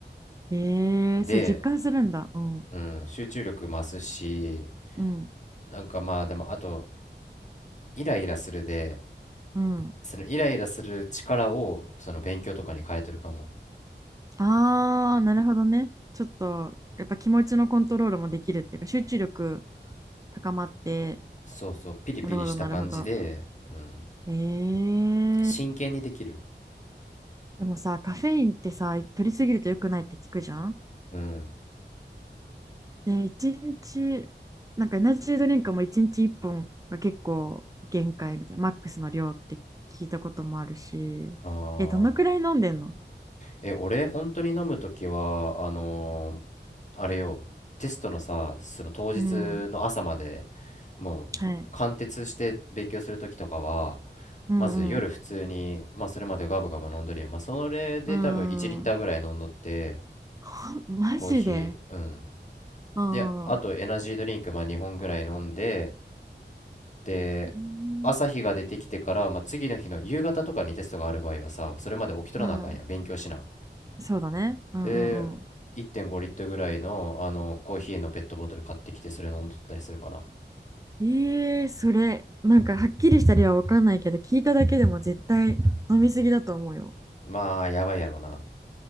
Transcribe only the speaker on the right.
ええー、
それ実感するんだ。うん、
うん、
うん。
ああ、なるほどね。ちょっと、やっぱ気持ちのコントロールもできるっていうか、集中力高まって、
なるほど、なるほど。
ええー。
でもさ、カフェインってさ、取りすぎると良くないって聞くじゃん
ね、一日、なんかエナジードリンクも一日一本が結構限界みたいな、マックスの量って聞いたこともあるし、
え、どのくらい飲んでんの
うん、
はい。
うんうん。
うん。あマジで
うん。
う
ん。
うんそうだね。うんうんうん。
ええそれ、なんかはっきりした理由はわかんないけど、聞いただけでも絶対飲みすぎだと思うよ。